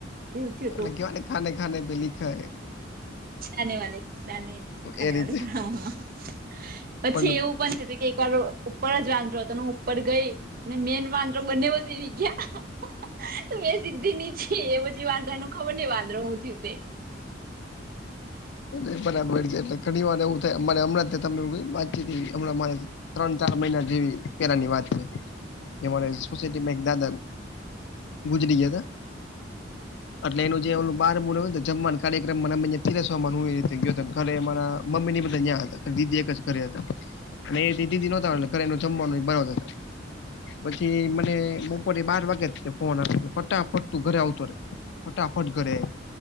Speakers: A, on the right (about 50°); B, on the left (about 65°).
A: એવું થયું
B: ઓલું
A: તું
B: કહેવાય ને ખાને-ખાને પે લિખા હૈ
A: ખાને વાલે દાને ખાને
B: એ રીતે
A: વાલે <unintelligible> પછી
B: પણ
A: એવું પણ થયું તું તું એક વાર ઉપર જ વાંદરો હતો. ને હું ઉપર ગઈ, ને મેન વાંદરો બંને <unintelligible> તો મેં સીધી નીચે. એ પછી વાંદરા નું ખબર નહીં વાંદરો હું થયું તે.
B: નહીં બરાબર છે. એટલે ઘણી વાર એવું થાય. અમારે હમણાં જ <unintelligible> <unintelligible> હમણાં મારે ત્રણ-ચાર મહિના જેવી પહેલાની વાત હે. ન્યાં મારે સોસાયટીમાં એક દાદા ગુજરી ગયા તા. એટલે એનું જે ઓલું <unintelligible> જમવાનું કાર્યક્રમ <unintelligible> પિરસવામાં ને હું એવી રીતે ગયો તો. ઘરે મારા મમ્મી ને ઈ બધા ન્યાં હતા. ને દીદી એક જ ઘરે હતા. અને એ દી દીદી નોતા આવવાના. ઘરે એનું જમવાનું ઈ બનાવતા તા. પછી મને બપોરે બાર વાગે જ તે ફોન <inaudible> કે ફટાફટ તું ઘરે આવતો રહે. ફટાફટ ઘરે.